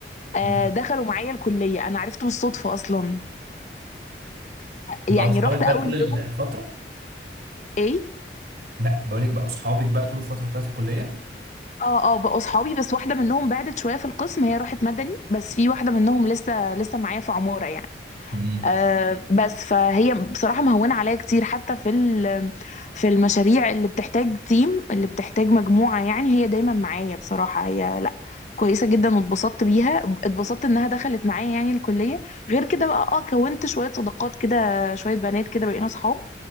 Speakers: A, on the left; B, on the right.
A: آه،
B: مم.
A: دخلوا معايا الكلية انا عرفته بالصدفة اصلا
B: بقى
A: يعني
B: أصحابك
A: رحت
B: بقى
A: اول
B: طول الفترة؟
A: يوم ايه
B: بقى بقولك بقى أصحابك بقى طول الفترة بتاعت الكلية
A: اه اه بقوا صحابي بس واحدة منهم بعدت شوية في القسم هي راحت مدني بس في واحدة منهم لسه لسه معايا في عمارة يعني
B: امم
A: آه بس فهي بصراحة مهونة عليا كتير حتى في ال- في المشاريع اللي بتحتاج تيم اللي بتحتاج مجموعة يعني هي دايما معايا بصراحة هي لا كويسة جدا واتبسطت بيها اتبسطت انها دخلت معايا يعني الكلية غير كده بقى اه كونت شوية صداقات كده شوية بنات كده بقينا صحاب